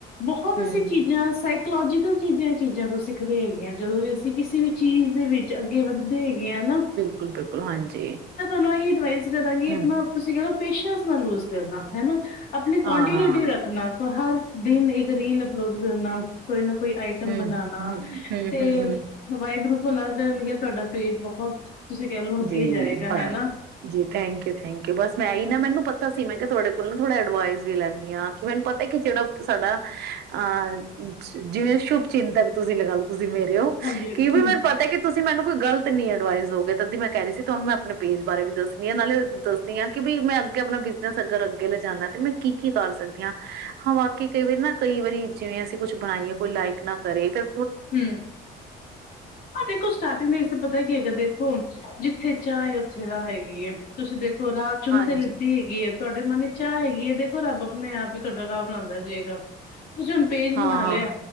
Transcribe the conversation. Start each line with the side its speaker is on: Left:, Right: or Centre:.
Left: ਬਹੁਤ
Right: ਹਮ
Left: ਅਸੀਂ ਚੀਜ਼ਾਂ ਸ ਲੋਜੀਕਲ ਚੀਜ਼ਾਂ- ਚੀਜ਼ਾਂ ਤੋਂ ਸਿੱਖਦੇ ਹੈਗੇ ਆ ਜਦੋਂ ਜ ਅਸੀਂ ਕਿਸੇ ਵੀ ਚੀਜ਼ ਦੇ ਵਿੱਚ ਅੱਗੇ ਵੱਧਦੇ ਹੈਗੇ ਆ ਨਾ
Right: ਬਿਲਕੁਲ, ਬਿਲਕੁਲ, ਹਾਂਜੀ
Left: ਇਹ ਐਡਵਾ ਕਰਾਂਗੀ
Right: ਹੂੰ,
Left: ਆਪਣਾ ਤੁਸੀਂ ਕਹਿ ਲੋ ਪੇਸ਼ੈਂਸ ਨਾਲ ਲੂਜ ਕਰਨਾ। ਹਨਾ, ਆਪਣੀ
Right: ਹਾਂ।
Left: ਕੋਂਟੀਨਿਊਟੀ ਰੱਖਣਾ ਕੋ ਹਰ ਦਿਨ ਇੱਕ ਰੀਲ ਅਪਲੋਡ ਕਰਨਾ ਕੋਈ ਨਾ ਕੋਈ ਆਈਟਮ
Right: ਹੂੰ-ਹੂੰ-ਹੂੰ-ਹੂੰ-ਹੂੰ,
Left: ਬਣਾਣਾ, ਤੇ ਵਾਹਿਗੁਰੂ ਬੁਲਾ ਕਰਨਣਗੇ ਤੁਹਾਡਾ ਪੇਟ ਬਹੁਤ ਤੁਸੀਂ ਕਹਿ ਲਓ ਅੱਗੇ
Right: ਜੀ,
Left: ਜਾਏਗਾ
Right: ਬਸ
Left: ਹਨਾ।
Right: ਜੀ, ਥੈਂਕ ਯੂ ਥੈਂਕ ਯੂ ਬਸ ਮੈਂ ਹੀ ਨਾ ਮੈਨੂੰ ਪਤਾ ਸੀ ਮੈਂ ਕਿਹਾ ਤੁਹਾਡੇ <unintelligible> ਡਵਾ ਵੀ ਲੈਂਦੀ ਹਾਂ, ਕਿ ਮੈਨੂੰ ਪਤਾ ਕਿ ਜਿਹੜਾ ਸਾਡਾ, ਅਹ। ਜਿਵੇਂ ਸ਼ੁਭ ਚਿੰਤਕ ਤੁਸੀਂ ਲਗਾ ਲੈ ਤੁਸੀਂ ਮੇਰੇ ਹੋ,
Left: ਹਾਂਜੀ
Right: ਕੀ
Left: ਹੂੰ
Right: ਵੀ ਮੈਨੂੰ ਪਤਾ ਕਿ ਤੁਸੀਂ ਮੈਨੂੰ ਕੋਈ ਗਲਤ ਨੀ ਐਡਵਾਈਸ ਦੋਗੇ ਦੀ ਮੈਂ ਕਹਿ ਰਹੀ ਸੀ ਤੁਹਾਨੂੰ ਮੈਂ ਆਪਣੇ ਪੇਜ ਬਾਰੇ ਵੀ ਦੱਸਦੀ ਆਾਂ ਨਾਲੇ ਦੱਸਦੀ ਹਾਂ ਕਿ ਬ ਮੈਂ ਅੱਗੇ ਆਪਣਾ ਬਿਜਨਸ ਅਗਰ ਅੱਗੇ ਲਿਜਾਨਣਾ ਤੇ ਮੈਂ ਕੀ -ਕੀ ਕਰ ਸਕਦੀ। ਹਾਂ ਵਕ ਕਈ ਵਾਰੀ ਨਾ ਕਈ ਵਾਰੀ ਜਿਵੇਂ ਅਸੀਂ ਕੁਛ ਬਣਾਈਏ ਕੋਈ ਲਾਈਕ ਨਾ ਕਰੇ ਫੇਰ
Left: ਹਮ। ਆਹ ਦੇਖੋ ਸਟਾਰਟਿੰਗ ਦੇ ਵਿੱਚ ਤਾਂ ਪਤਾ ਕੀ ਹੈਗਾ ਦੇਖੋ ਜਿੱ ਥੇ ਚਾਹ ਉੱਥੇ ਦਾ ਹੈਗੀ ਏ। ਤੁਸੀਂ ਦੇਖੋ ਖਰ। ਬ ਚੁੰਣ
Right: ਹਾਂਜੀ
Left: ਤੇ ਲਗੀ ਹੈਗੀ ਹੈ ਤੁਹਾਡੇ ਮਨ ਚਾਹ ਹੈਗੀ ਇਹ ਦੇਖੋ ਰੱਬ ਆਪਣੇ ਆਪ ਤੁਹਾਡਾ ਰਾਹ ਬਣਾਉਂਦਾ ਜਾਏਗਾ। ਤੁਸੀਂ ਹੁਣ ਪੇਜ
Right: ਹਾਂ
Left: ਬਣਾ ਲਿਆ